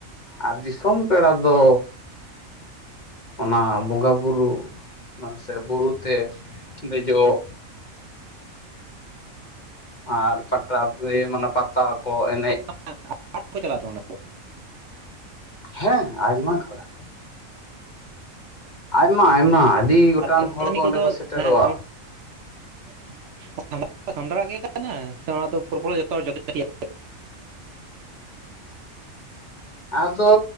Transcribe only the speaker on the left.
ᱟᱨ ᱫᱤᱥᱚᱢ ᱯᱮᱲᱟ ᱫᱚ ᱚᱱᱟ ᱵᱚᱸᱜᱟ ᱵᱩᱨᱩ ᱢᱟᱱᱮ ᱥᱮ ᱵᱩᱨᱩ ᱛᱮ ᱫᱮᱡᱚᱜ ᱟᱨ ᱯᱟᱴᱟᱵ ᱨᱮ ᱢᱟᱱᱟ ᱯᱟᱛᱟ ᱠᱚ ᱮᱱᱮᱡᱼᱼ
ᱦᱮᱸ ᱟᱭᱢᱟ ᱜᱷᱚᱲᱟ, ᱟᱭᱢᱟ-ᱟᱭᱢᱟ ᱟᱹᱰᱤ ᱜᱚᱴᱟᱝ
ᱦᱚᱲ ᱠᱚ ᱚᱸᱰᱮ
ᱠᱚ ᱥᱮᱴᱮᱨᱚᱜ-ᱟ,
ᱟᱫᱚ,